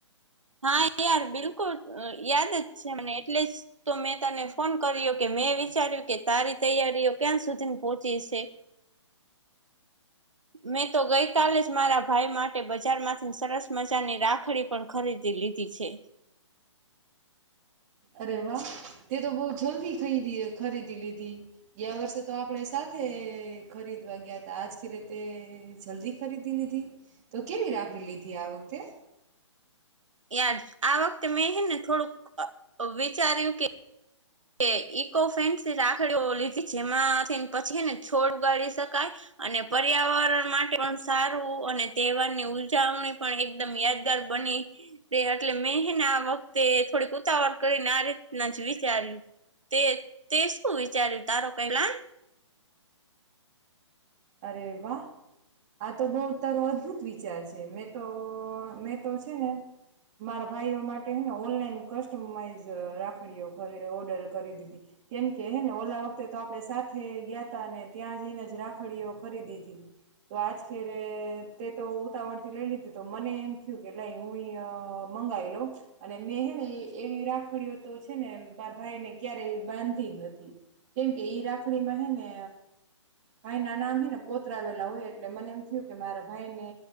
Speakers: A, on the right (about 85°); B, on the right (about 35°).
A: હા યાર બિલકુલ યાદ જ છે મને એટલે જ તો મેં તને ફોન કર્યો કે મેં વિચાર્યું કે તારી તૈયારીઓ ક્યાં સુધી પહોચી છે મેં તો ગઈ કલે જ મારા ભાઈ માટે બજાર માંથી સરસ મજાની રાખડી પણ ખરીદી લીધી છે
B: અરે વાહ તે તો બહ જલ્દી ખાઈ ખરીદી લીધી ગયા વર્ષે તો આપણેે સાચ ખરીદવા ગયા ત આજ ખેરેતે જલ્દી ખરીદી લીધી તો કેવી રાખે લીધી આ વખતે
A: ય આ વખતે મેં હને થોડુંક વિચાર્યું કે એ ઈકો ફેન્સી રાખડીઓ લીધી જેમાં પછીને છોડ ઉગાડી શકાય અને પર્યાવરણ માટે પણ સારું અને તહેવારની ઉજવણી પણ એકદમ યાદગાર બની તે એટલે મનત વખતે થોડીકુું આવડ કરીને આ રીતના જ વિચાર્યું તે તે શું વિચાર્યું તારો કઈલા
B: અરે વાહ આ તો બહ તારો અદ્ભુત વિચાર છે મેં તો મેં તો છે ને મારા ભાઈઓ માટે ને ઓનલાઈન કસ્ટમાઈઝ રાખડીઓરી ઓર્ડર કરી દીધી કેમકે હે ને ઓલા વખતે તો આપણે સાથે ગયા તા અને ત્યાં જઈને રાખ ડી ખરીદી દિધી તો આજખેરે તે તો ઉતાવળ થી લઈ લીધું તો મને એમ થ્યું કે લાય હું ય મંગાવી લવ અને મેં હેને એવી રાખડીઓ તો છે ને માર ભાઈને ક્યારેય બાંધી નથી કેમકે ઈ રાખડી માં હે ને
A: <inaudible>
B: ભાઈ ના નામ હે ને કોતરાવેલા હોય એટલે મને એમ થયું કે મારા ભાઈ ને